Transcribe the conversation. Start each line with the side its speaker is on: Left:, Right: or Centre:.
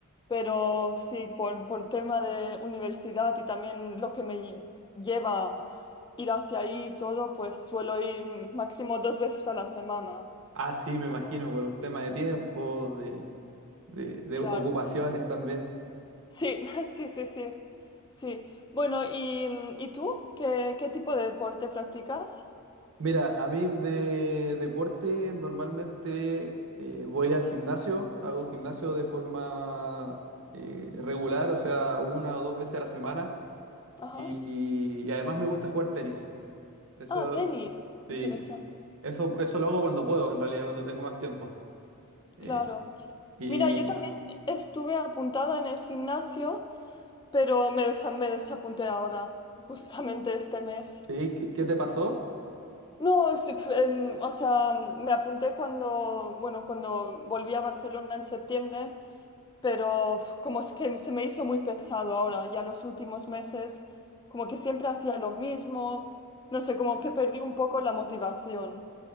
Left: Pero sí, por, por tema de universidad y también lo que me lleva a ir hacia ahí y todo, pues suelo ir máximo dos veces a la semana.
Right: Ah, sí, me imagino, por un tema de tiempo, de, de- de
Left: Claro.
Right: ocupaciones también.
Left: Sí, <laughs> sí, sí, sí. Sí. Bueno, ¿y, y tú? ¿Qué, qué tipo de deporte practicas?
Right: Mira, a mí de deporte normalmente eh, voy al gimnasio, hago gimnasio de forma eh, regular, o sea, una o dos veces a la semana
Left: Ajá.
Right: y, y además me gusta jugar tenis. Eso,
Left: Ah, tenis.
Right: sí,
Left: Interesante.
Right: eso, eso lo hago cuando puedo, en realidad, cuando tengo más tiempo. Eh,
Left: Claro.
Right: ¿y
Left: Mira, yo también estuve apuntada en el gimnasio, pero me, desa- me desapunté ahora, justamente este mes.
Right: sí, qué, qué te pasó?
Left: No, es- pf, em, o sea, me apunté cuando, bueno, cuando volví a Barcelona en septiembre, pero uf, como es que se me hizo muy pesado ahora, ya los últimos meses, como que siempre hacía lo mismo, no sé, como que perdí un poco la motivación.